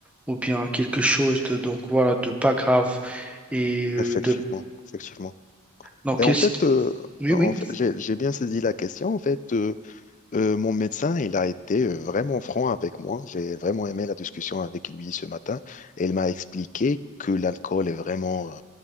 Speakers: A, in the centre; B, on the left (about 35°).
A: ou bien quelque chose de, donc voilà, de pas grave et euh,
B: effectivement,
A: de
B: effectivement.
A: donc,
B: Et en
A: est-ce
B: fait,
A: que-
B: euh,
A: Oui,
B: en
A: oui.
B: fait, j'ai, j'ai bien saisi la question, en fait. Euh, mon médecin, il a été euh, vraiment franc avec moi. J'ai vraiment aimé la discussion avec lui ce matin. Et il m'a expliqué que l'alcool est vraiment, euh,